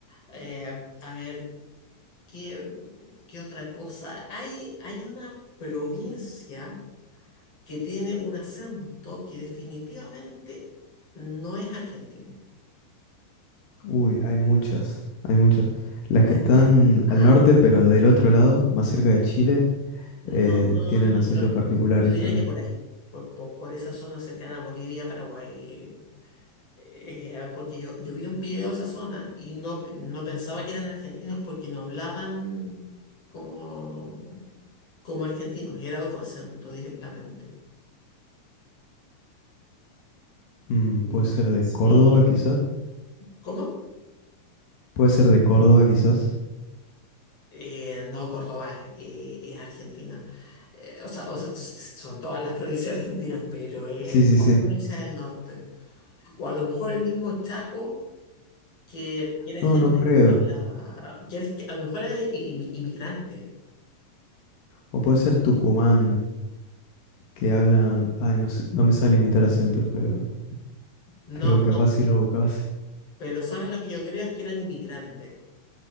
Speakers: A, on the left (about 45°); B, on the left (about 80°).
A: Eh, a ver, ¿qué, qué otra cosa? Hay, hay una provincia que tiene un acento que definitivamente no es argentino.
B: Uy, hay muchas, hay muchas. Las
A: Hay
B: que están
A: muchas... Ah,
B: al norte, pero del otro lado, más cerca de Chile,
A: no,
B: eh,
A: no, no,
B: tienen
A: no,
B: acentos
A: yo, yo
B: particulares
A: diría
B: también.
A: que por ahí, por, por, por esa zona cercana a Bolivia, Paraguay. eh, Era porque yo, yo vi un video de esa zona y no, no pensaba que eran argentinos porque no hablaban como, como argentinos, era otro acento directamente.
B: Mm, puede
A: No
B: ser
A: sé
B: de Córdoba,
A: si...
B: quizás.
A: ¿Cómo?
B: Puede ser de Córdoba, quizás.
A: Eh, no, Córdoba eh, es Argentina. Eh, o sea, o sea, s- s- son todas las provincias argentinas, pero es
B: Sí, sí,
A: otra
B: sí.
A: provincia del norte. O a lo mejor el mismo Chaco, que era
B: No,
A: gente
B: no creo.
A: que hablaba, que, era- que a lo mejor eran inmigrantes.
B: O puede ser Tucumán, que hablan. Ay, no sé, no me sale imitar acentos, pero,
A: No,
B: pero capaz
A: no.
B: si lo buscas.
A: Pero ¿sabes lo que yo creo? Es que eran inmigrantes.